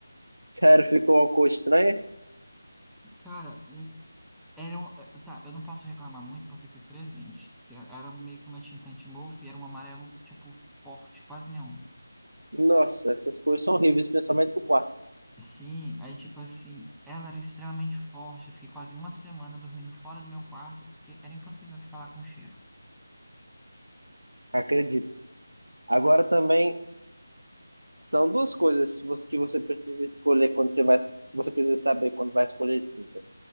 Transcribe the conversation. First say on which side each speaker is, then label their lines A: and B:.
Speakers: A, on the right; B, in the centre.
A: Cara, ficou uma cor estranha?
B: Cara, Era um- eh, tá, eu não posso reclamar muito porque foi presente. Que era era meio que uma tinta anti-mofo e era um amarelo, tipo, forte, quase neon.
A: Nossa, essas cores são horríveis, principalmente pro quarto.
B: Sim, aí, tipo assim, ela era extremamente forte. Eu fiquei quase uma semana dormindo fora do meu quarto porque era impossível eu ficar lá com o cheiro.
A: Acredito. Agora também são duas coisas que você que você precisa escolher quando você vai, você precisa saber quando vai escolher tinta.